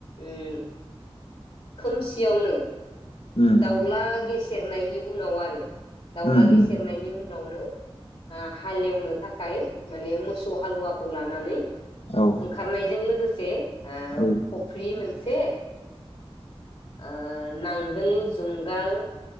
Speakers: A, on the left (about 50°); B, on the left (about 75°).
A: उम खोमसियावनो
B: उम
A: दाउला गेस सेरनायनि उनाव आरो दाउला
B: उम
A: गेसेेरनायनि
B: उम
A: उ उनावनो हालेवनो थाखाय माने मोसौ हालुवाखौ लानानै
B: औ
A: ओंखारनायजों लोगोसे से आ
B: औ
A: खफ्रि मोन नसे ओ नां आगोल जुंगाल